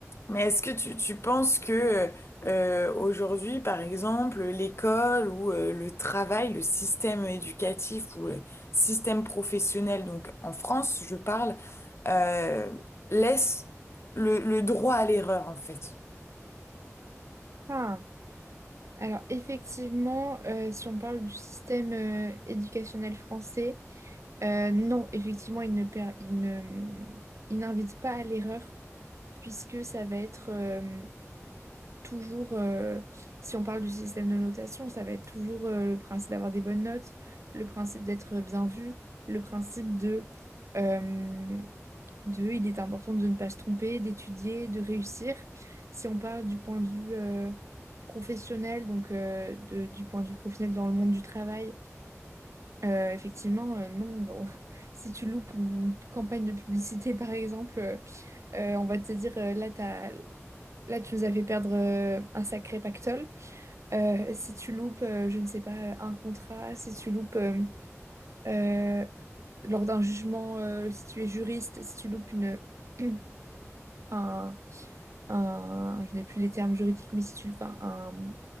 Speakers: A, on the left; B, on the right.
A: mais est-ce que tu, tu penses que euh, euh, aujourd'hui, par exemple, l'école ou euh, le travail, le système éducatif ou le système professionnel, donc en France, je parle, euh, laisse le le droit à l'erreur en fait?
B: Ah. Alors, effectivement, euh, si on parle du système euh, éducationnel français, euh, non, effectivement, il ne, per- il ne, il n'invite pas à l'erreur, puisque ça va être, euh, toujours, euh, si on parle du système de notation, ça va être toujours euh, le principe d'avoir des bonnes notes, le principe d'être bien vu, le principe de, euh, de il est important de ne pas se tromper, d'étudier, de réussir. Si on parle du point de vue euh, professionnel, donc euh, de- du point de vue professionnel dans le monde du travail, euh, effectivement, euh, non, bon, <laughs> si tu loupes une campagne de publicité, par exemple, euh, on va te dire, euh, là, t'as- là, tu nous as fait perdre euh, un sacré pactole. Euh, si tu loupes, euh, je ne sais pas, un contrat, si tu loupes euh, euh, lors d'un jugement, euh, si tu es juriste, si tu loupes une, <clears throat> un, un- je n'ai plus les termes juridiques, mais si tu, enfin, un-